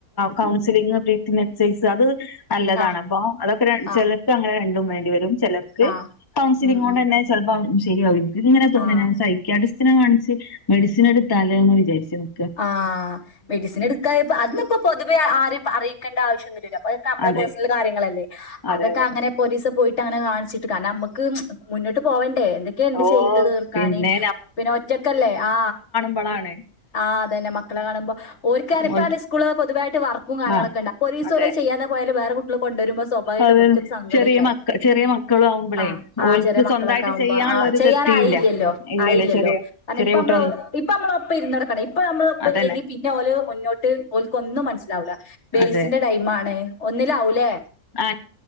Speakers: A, on the left; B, on the left.
A: കൗൺസിലും
B: ഉം
A: പിനെ ബ്രീതിങ് എക്സസൈസ് അത് നല്ലതാണ്
B: ആ
A: അപ്പൊ അതൊക്കെ
B: ആ
A: ചിലർക്ക് അങ്ങനെ രണ്ടും വേണ്ടി വരും ചിലർക്ക്
B: ആ
A: കൗൺസിലിംഗ
B: ഉം
A: കൊണ്ട്
B: ഉം
A: തന്നെ ചെലപ്പോ ശരിയാവുംഇനിക്കും ഇങ്ങനെ തോന്ന
B: ആ
A: സൈക്കാട്രിസിനെ കാണിച്ച് മെഡിസിൻ എടുത്താലോ എന്ന് വിചാരിച്ചാണ്
B: ആഹ് മെഡിസിൻ എടുക്കായപ്പോ അതിപ്പോ പൊതുവേ ആരേം അറിയിക്കേണ്ട ആവശ്യം ഒന്നു മില്ല നമ്മളെ
A: അതെ
B: പഴ്സണൽ കാര്യങ്ങളല്ലെ
A: അതെ
B: അതൊക്കെ
A: അതെ
B: അങ്ങന പോലീസ് പോയിട്ട് അങ്ങനെ കാണിച്ചിട്ട് കാരണം നമുക്ക് മുന്നോട്ട് പോവേണ്ടേ ഒക്കെണ്ട്
A: ഓ
B: ചെയ്ത് തീർക്കാന്
A: പിന്നെ
B: പിന്നെ ഒറ്റക്കല്ലേ ആ
A: മക്കളാണ്
B: ആഹ് അതന്നെ മക്കളെ കാണുമ്പോ ഓരിക്ക്പ്പ
A: ഓൽ
B: സ്കൂള് പൊതുവെ വർക്കും കാര്ങ്ങളക്കെ
A: ആ
B: ഉണ്ട്‌ അപ്പൊ ഒരീസം
A: അതെ
B: ഓല് ചെയ്യാതെ പോയ വേറെ കുട്ടികൾ കൊണ്ടുവരുമ്പോ യിട്ട്ക്ക
A: അത്
B: സങ്കടിക്കോ
A: ചെറിയ മക്ക ചെറിയ മക്കളും ആവുമ്പളേ
B: ആ ആ
A: ഓൽക്ക്
B: ചെറിയ മക്കളൊക്കെ
A: സ്വന്തായിട്ട്
B: ആകുമ്പോ
A: ചെയ്യാനുള്ളൊരിത്
B: ആ ചെയ്യാനായില്ലല്ലോ
A: എത്തിയില്ല ഇല്ലല്ല
B: ആയില്ലല്ലോ
A: ചെറിയ
B: അ
A: ചെറിയ
B: ഇപ്പ
A: കുട്ടിയൊന്ന്
B: നമ്മള് ഇപ്പ നമ്മള ഒപ്പം ഇരുന്ന ഇപ്പ നമ്മഒപ്പം
A: അതന്നെ
B: ഇല്ലെങ്കിൽ പിന്നെ ഓല് മുന്നോട്ട് ഓക്ക് ഒന്നും മനസ്സിലാവില്ല ബേസിന്റെടൈ
A: അതെ
B: മണ് ഒന്നിലാവൂലേ
A: ആ്